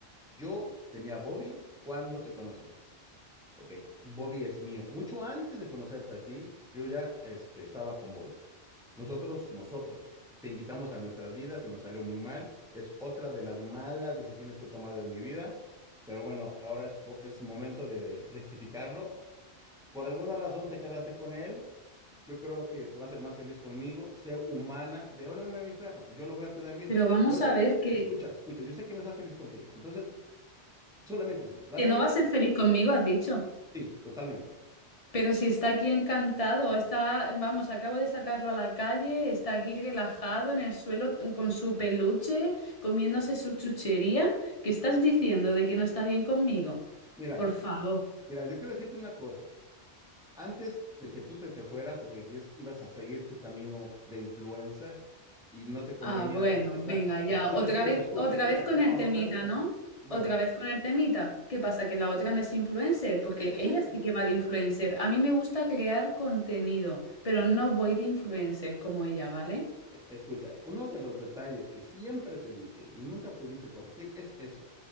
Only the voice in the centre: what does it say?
Yo tenía a Bobby cuando te conocí. Ok, Bobby es mío. Mucho antes de conocerte a ti, yo ya este, estaba con Bobby. Nosotros, nosotros, te invitamos a nuestras vidas y nos salió muy mal. Es otra de las malas decisiones que he tomado en mi vida, pero bueno, ahora es, fo- es momento de rectificarlo. Por alguna razón te quedaste con él. Yo creo que este va a ser más feliz conmigo. Sé humana, devuélveme a mi perro. Yo lo voy a cuidar bien.
Yo sé,
escucha, escucha, yo sé que no está feliz contigo. Entonces, solamente eso, dame
a mi
perro
y
se acaba.
Sí, totalmente.
Mira,
que-
mira, yo quiero decirte una cosa. Antes de que tú te, te fueras, porque dijiste ibas a seguir tu camino de influencer y no te convenía
es- esta,
escucha,
escucha,
escucha,
escucha.
No,
no permita.
Bueno,
e- ese,
es-
e- escucha, uno de los detalles que siempre te dije y nunca pudiste corregir es eso.